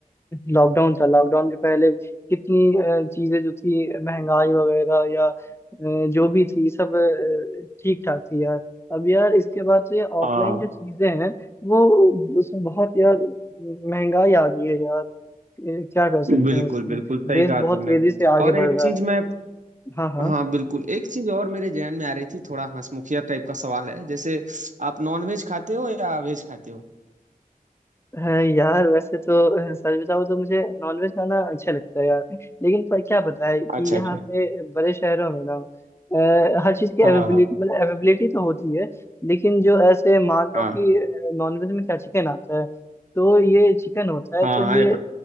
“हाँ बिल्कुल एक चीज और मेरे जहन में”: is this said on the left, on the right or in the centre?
Right